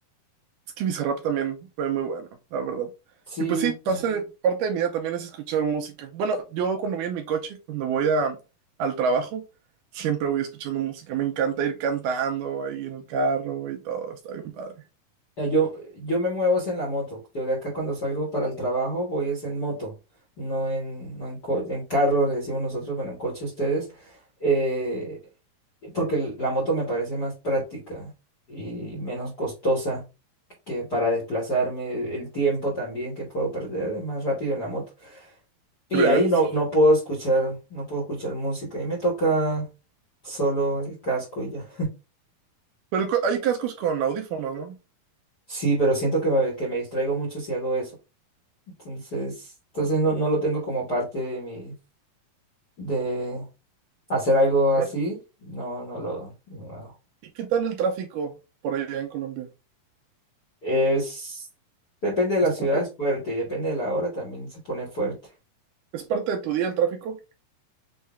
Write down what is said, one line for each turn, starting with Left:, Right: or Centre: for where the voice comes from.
Right: Es que Bizarrap también fue muy bueno, la verdad.
Left: Sí,
Right: Y pues sí, parte de, Sí. parte de mi día también es escuchar música. Bueno, yo cuando voy en mi coche, cuando voy a, al trabajo, siempre voy escuchando música. Me encanta ir cantando ahí en el carro y todo. Está bien padre.
Left: Ya, Yo, yo me muevo es en la moto. Yo de acá cuando salgo para el trabajo voy es en moto, no en, no en, co- en carro, le decimos nosotros, bueno, en coche ustedes, eh, porque l- la moto me parece más práctica y menos costosa que para desplazarme, el tiempo también que puedo perder es más rápido en la moto. Y
Right: ¿Crees?
Left: ahí no, no puedo escuchar, no puedo escuchar música y me toca solo el casco y ya.
Right: Pero el cu- hay cascos con audífonos, ¿no?
Left: Sí, pero siento que me, que me distraigo mucho si hago eso. Entonces, entonces no, no lo tengo como parte de mi, de hacer algo
Right: Claro.
Left: así, no, no lo, no lo hago.
Right: ¿Y qué tal el tráfico por allá en Colombia?
Left: Es, depende de la
Right: ¿Es
Left: ciudad,
Right: parte,
Left: es fuerte, y depende de la hora también se pone fuerte.
Right: es parte de tu día el tráfico?